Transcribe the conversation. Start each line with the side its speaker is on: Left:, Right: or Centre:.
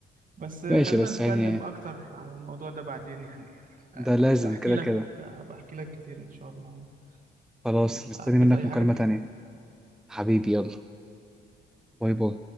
Right: بس خلينا
Centre: ماشي بس
Right: نتكلم
Centre: يعني
Right: أكتر عن الموضوع ده بعدين يعني آه،
Centre: ده لازم
Right: بحكي
Centre: كده
Right: لك
Centre: كده
Right: آه، بحكي لك كتير إن شاء الله
Centre: خلاص
Right: يلا
Centre: مستني منك
Right: عايز أي
Centre: مكالمة
Right: حاجة؟
Centre: تانية حبيبي يلا باي باي